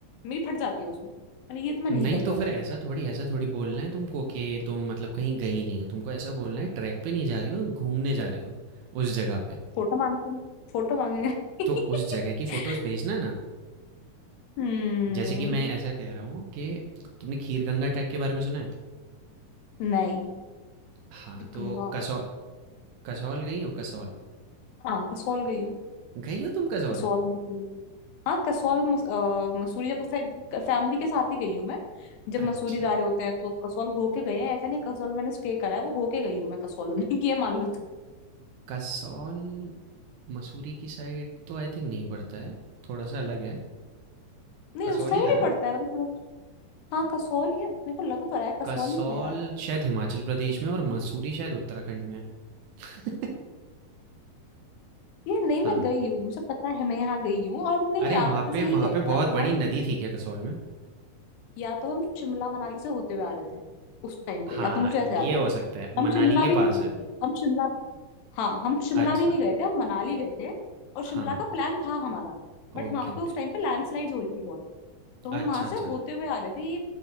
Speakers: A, on the left; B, on the right.
A: मेरी फट जाती है उसमें मैंने ये तो मैं
B: नहीं
A: नहीं कर
B: तो
A: पाऊंगी
B: फिर ऐसा थोड़ी ऐसा थोड़ी बोलना है तुमको कि तुम मतलब कहीं गई नहीं हो तुमको ऐसा बोलना है ट्रैक पे नहीं जा रही हो घूमने जा रही हो उस जगह पे
A: फोटो मांगते हैं फोटो मांगे हैं।
B: तो उस जगह की फोटोज
A: <laughs>
B: भेजना ना
A: हम्म
B: जैसे कि मैं ऐसा कह रहा हूँ कि तुमने खीर गंगा ट्रैक के बारे में सुना है
A: नहीं
B: हाँ तो
A: गंगा
B: कसौल कसौल गई हो कसौल
A: हाँ कसौल गई हूँ
B: गई हो तुम कसौल
A: कसौल मसूरी हाँ कसौल मस, अ, मसूरी जब फैमिली के साथ ही गई हूँ मैं जब मसूरी
B: अच्छा
A: जा रहे होते हैं तो कसौल होके गए हैं ऐसा नहीं कसौल मैंने स्टे करा है वो होके गई हूँ मैं कसौल में <laughs> ये मान लो तुम।
B: कसौल मसूरी की साइड तो आई थिंक नहीं पड़ता है थोड़ा सा अलग है
A: नहीं
B: कसौल
A: उस साइड
B: ही था
A: ही
B: ना
A: पड़ता है मतलब हाँ कसौल या मेरे को लग तो रहा है कसौल
B: कसौल
A: ही था यार
B: शायद हिमाचल प्रदेश में और मसूरी शायद उत्तराखंड में है।
A: ये नहीं
B: <laughs>
A: मैं
B: हाँ
A: गई हूँ मुझे पता है मैं यहाँ गई हूँ और हम कहीं
B: अरे
A: रास्ते
B: वहाँ पे
A: से ही
B: वहाँ
A: गए
B: पे
A: हैं
B: बहुत
A: या तो
B: बड़ी
A: हम
B: नदी थी क्या कसौल में?
A: या तो हम शिमला मनाली से होते हुए आ रहे थे उस टाइम पे
B: हाँ,
A: या तो मुझे ऐसे
B: ये
A: याद है
B: हो सकता है, मनाली
A: हम शिमला
B: के
A: भी नहीं
B: पास
A: गए
B: है।
A: थे हम शिमला हाँ हम शिमला
B: अच्छा,
A: भी नहीं गए थे हम मनाली गए थे और शिमला
B: हाँ,
A: का प्लान था हमारा बट
B: ओके,
A: वहां पे
B: ओके।
A: उस टाइम पे लैंडस्लाइड हो रही थी बहुत तो हम
B: अच्छा,
A: वहां से
B: अच्छा।
A: होते हुए आ रहे थे ये